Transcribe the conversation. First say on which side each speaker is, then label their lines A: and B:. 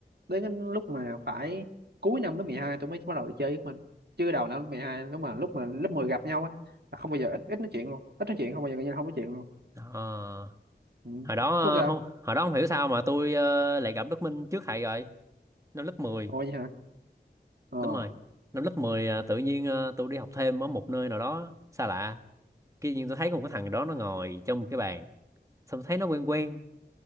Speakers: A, on the right; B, on the right.
A: đến cái lúc mà phải cuối năm lớp 12 tôi mới bắt đầu chơi với mình chứ đầu năm lớp mười hai lúc mà lúc mà lớp 10 gặp nhau á là không bao giờ ít ít nói chuyện luôn ít nói chuyện không bao giờ coi như là không nói chuyện luôn
B: Ờ,
A: ừ.
B: hồi đó
A: Thúc sao
B: ờ, không hồi đó không hiểu sao mà tôi ờ, lại gặp Đức Minh trước thầy rồi năm lớp mười
A: ôi vậy hả ờ
B: đúng rồi năm lớp 10 ờ, tự nhiên ờ, tôi đi học thêm ở một nơi nào đó xa lạ kia nhiên tôi thấy có một cái thằng đó nó ngồi trong một cái bàn xong thấy nó quen quen